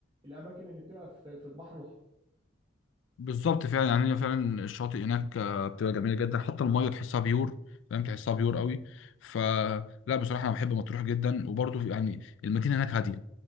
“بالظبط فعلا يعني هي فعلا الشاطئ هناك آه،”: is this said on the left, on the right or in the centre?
Left